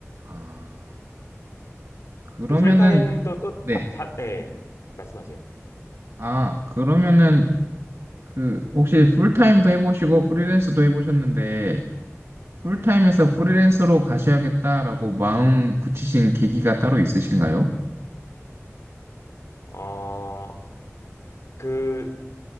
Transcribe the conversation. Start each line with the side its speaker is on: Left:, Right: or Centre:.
Right: 아, 그러면은,
Left: 그 풀타임도 또,
Right: 네.
Left: 다, 다- 예, 말씀하세요.
Right: 아, 그러면은 그, 혹시 풀타임도 해보시고 프리랜서도 해보셨는데, 풀타임에서
Left: 네.
Right: 프리랜서로 가셔야겠다라고 마음 굳히신 계기가 따로 있으신가요?
Left: 어, 그,